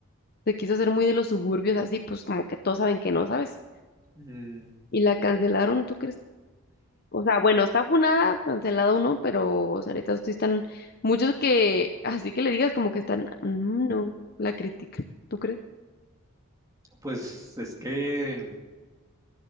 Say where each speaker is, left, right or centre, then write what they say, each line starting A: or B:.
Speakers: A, on the left; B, on the right.
A: se quiso hacer muy de los suburbios, así, pues como que todos saben que no, ¿sabes?
B: Mm,
A: Y la cancelaron, ¿tú crees? O sea, bueno, está funada, cancelado uno, pero o sea, ahorita sí están muchos que, así que le digas como que están, "Mm, no, la crítica, ¿tú crees?
B: pues es que